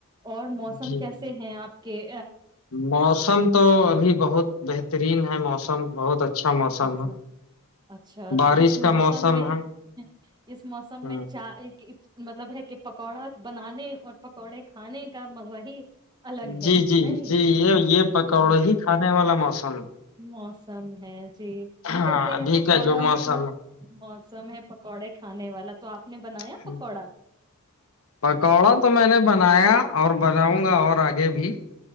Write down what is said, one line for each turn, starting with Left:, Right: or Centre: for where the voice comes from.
Right: اور موسم
Left: جی
Right: کیسے ہیں آپ کہ
Left: موسم تو ابھی بہت بہتر ترین ہے موسم بہت اچھا موسم
Right: اچھا
Left: ہے
Right: اچھا
Left: بارش
Right: تو اس
Left: کا
Right: موسم میں
Left: ہے
Right: اس موسم
Left: ہ
Right: میں چائے ایک مطلب ہے کہ پ پکوڑا بنانے اور پکوڑے کھانے کا مزہ ہی الگ
Left: جی
Right: ہے
Left: جی
Right: نہیں
Left: جی یہ یہ پکوڑا
Right: جی
Left: ہی کھانے والا موسم ہے۔
Right: موسم ہیں جی
Left: ہاں
Right: کہتے
Left: ابھی
Right: ہیں پکوڑا
Left: کا جو موسم
Right: مطلب موسم ہے پکوڑے کھانے والا تو آپ نے بنایا
Left: ہے
Right: پکوڑا
Left: پکوڑا تو میں نے بنایا اور بناؤں گا اور آگے بھی